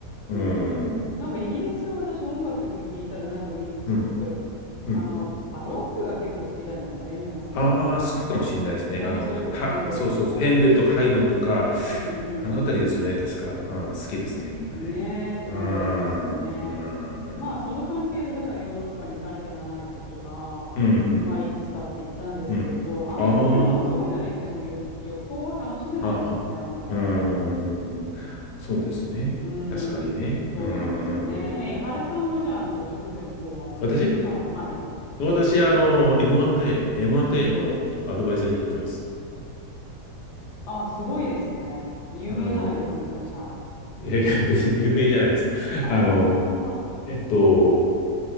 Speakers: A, on the left; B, on the left.
A: うん。
B: ん。なんかイギリス、私音楽って聞いたら、なんかみ、すごく、
A: うん。うん
B: あの、バロックが結構好きじゃありません皆さん結
A: ああ、好きかもしれないですね。
B: 構。ね、
A: あの、
B: それこそヘンデルとか。
A: は、そうそうそう、ヘンデルとかハイドンとか、
B: うんうん。
A: あのあたりですよね、確か。うん、好きですね、みんなね。
B: ねえって感じがしますよね。
A: うーん、うん、うん、うん、うん。
B: まあその関係でだからヨーロッパに行かなきゃならないこととか、
A: うん、うん。
B: まあいくつかあって言ったんですけれど、
A: うんあ
B: あんまりね、もうそういうので行っても旅、旅行は楽しめないですよね、
A: あ、あ、あうーん、
B: あんまりなんか。
A: そうですね。
B: うー
A: 確かにね。
B: ん、そうなんですよね。
A: うん、うん、うん、
B: え、
A: うん。
B: 井原さんはじゃあ、
A: うん
B: あの、ご職業の方は、あの、
A: 私
B: 今は、はい。
A: 私、あの、M&A、M&A のアドバイザリーやってます。
B: あ、すごいですね。有名じゃないですか、
A: あの、
B: めちゃめちゃ。
A: いやいや、別に有名じゃないですよ。
B: ああ、
A: あの、えっと、